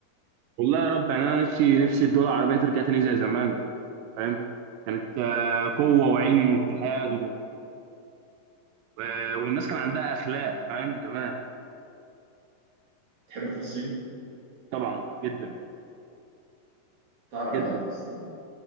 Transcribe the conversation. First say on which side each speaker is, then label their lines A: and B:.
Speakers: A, on the right; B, on the right.
A: والله يا رب يعني انا نفسي نفسي الدول العربيه ترجع تاني زي زمان فاهم كانت آه، قوه وعلم واتحاد و- والناس كان عندها اخلاق فاهم زمان
B: تحب فلسطين؟
A: طبعا جدا
B: تعرف
A: جدا
B: إيه عن فلسطين بقى؟